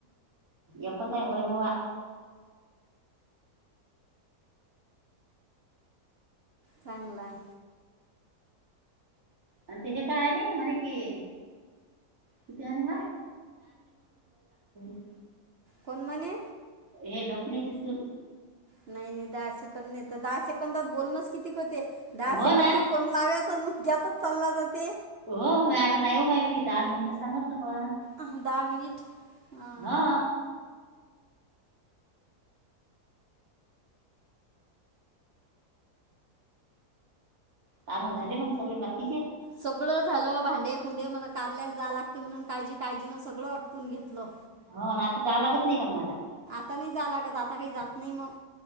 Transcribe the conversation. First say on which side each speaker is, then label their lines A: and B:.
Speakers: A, on the right; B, on the right.
A: एकच हाय होय बुआ.
B: चांगल हाय.
A: आणि ते हे काय आले म्हणे की... कितीे आणि <unintelligible>
B: कोण मणे?
A: हे डोकण्याचे सून.
B: नाही नाही दहा सेकड नाही तर दहा सेकंदात बोलणंच किती ख होते दहा
A: हो
B: सेकड
A: ना
B: तो फोन लाव्यात.. <unintelligible> त्यातच चालला जाते.
A: हो आसं नाही वो <unintelligible> मी दहा मिनट सांगतलं बा तुम्हाला.
B: आहों दहा मिनिट, हां
A: हा काम झाले मग सगळे बाकीचे?
B: सगळं झालं, भांडे, फुंडे मग कारल्याला जाया लागते म्हणून काळजी काळजीन सगळं आटपून घेतलं.
A: हो आता जाया लागत नाही का मग आता,
B: आता नाही जा लागत आता काही जात नाही मग,